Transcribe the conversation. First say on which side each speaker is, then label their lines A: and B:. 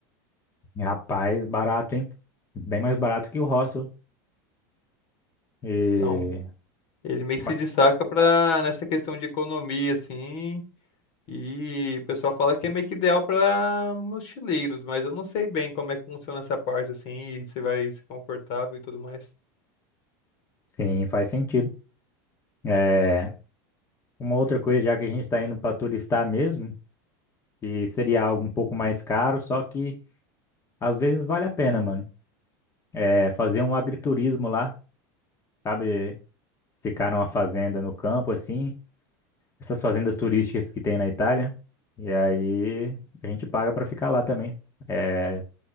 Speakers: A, on the left (about 30°); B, on the left (about 60°).
A: E, Rapaz, barato, hein? Bem mais barato que o hostel. E...
B: Então, ele meio
A: mas-
B: que se destaca pra, nessa questão de economia, assim, E o pessoal fala que é meio que ideal para mochileiros, mas eu não sei bem como é que funciona essa parte assim, e se vai ser confortável e tudo mais.
A: Sim, faz sentido. É, uma outra coisa, já que a gente está indo para turistar mesmo, e seria algo um pouco mais caro, só que às vezes vale a pena, mano. É fazer um agriturismo lá, sabe? Ficar numa fazenda no campo, assim, essas fazendas turísticas que tem na Itália. E aí a gente paga para ficar lá também. É,